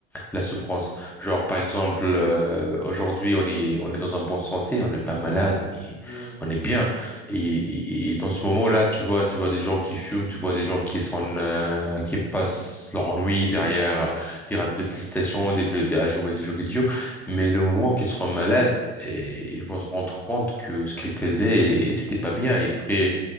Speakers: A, in the centre; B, on the left.
A: la souffrance. Genre, par exemple, euh, aujourd'hui, on est, on est dans un bon santé, on n'est pas malade, on est,
B: Oui,
A: on est bien. Et, et, et dans ce moment-là, tu vois, tu vois des gens qui fument, tu vois des gens qui sont, euh, qui passent leur nuit derrière des, des PlayStation, des, des- à jouer des jeux vidéo. Mais le moment qu'ils seront malades, et, ils vont se rendre compte que ce qu'ils faisaient, et- c'était
B: oui,
A: pas bien.
B: c'est vrai.
A: Et après,